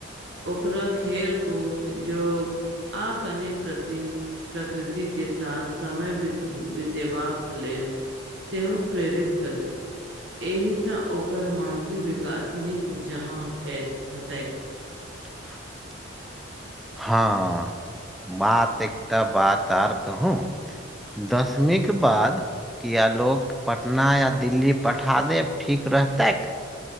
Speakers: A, on the right (about 60°); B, in the centre.
A: ओकरा खेलकूद जोग आ कनि, प्रति प्रकृति के साथ समय बितेबाक लेल सेहो प्रेरित करु, एहिस ओ ओकर मानसिक विकास नीक जहाँ क हतै।
B: <unintelligible> हँ बात एकटा बात आर कहू। दसमीक के बाद! किया लोक पटना, या दिल्ली पठा देब ठीक रहतैक।